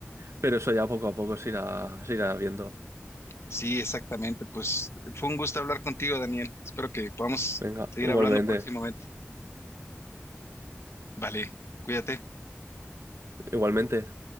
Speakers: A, on the right; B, on the left.
A: pero eso ya poco a poco se irá, se irá viendo.
B: Sí, exactamente. Pues fue un gusto hablar contigo, Daniel. Espero que podamos
A: Venga,
B: seguir
A: igualmente,
B: hablando próximamente. Vale, cuídate.
A: igualmente.